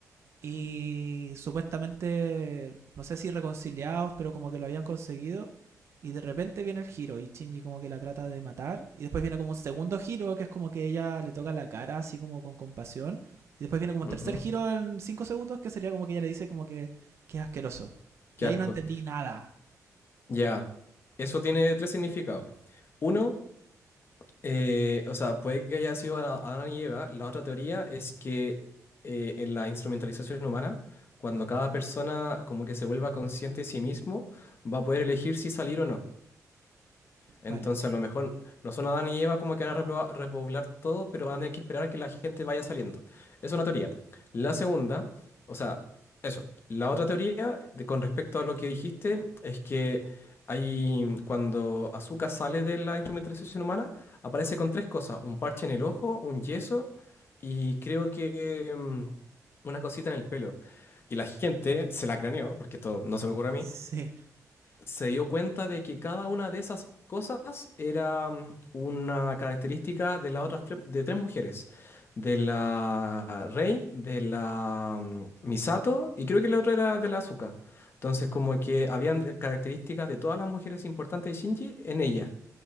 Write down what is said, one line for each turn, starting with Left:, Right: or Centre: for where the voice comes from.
Right: y supuestamente, no sé si reconciliados, pero como que lo habían conseguido. Y de repente viene el giro y Shinji como que la trata de matar. Y después viene como un segundo giro que es como que ella le toca la cara así como con compasión. Y después viene como
Left: Ujú,
Right: un tercer giro en cinco segundos que sería como que ella le dice como que, que es asqueroso.
Left: Qué
Right: Y ahí
Left: asco.
Right: no entendí nada.
Left: Ya. Eso tiene tres significados. Uno, Eh, o sea, puede que haya sido Ada- Adán y Eva. La otra teoría es que eh, en la instrumentalización humana, cuando cada persona como que se vuelva consciente de sí mismo, va a poder elegir si salir o no. Entonces,
Right: Vale.
Left: a lo mejor no son Adán y Eva como que van a repobla- repoblar todo, pero van a tener que esperar a que la gente vaya saliendo. Es una teoría. La segunda, o sea, eso. La otra teoría, de- con respecto a lo que dijiste, es que hay, cuando Azúcar sale de la instrumentalización humana, aparece con tres cosas: un parche en el ojo, un yeso y creo que mm, una cosita en el pelo. Y la gente se la craneó, porque esto no se me ocurre a
Right: Sí.
Left: mí se dio cuenta de que cada una de esas cosas era mm, una característica de las otras tres, de tres mujeres, de la Rei, de la mm, Misato y creo que la otra era de la Asuka. Entonces como que habían de- características de todas las mujeres importantes de Shinji en ella.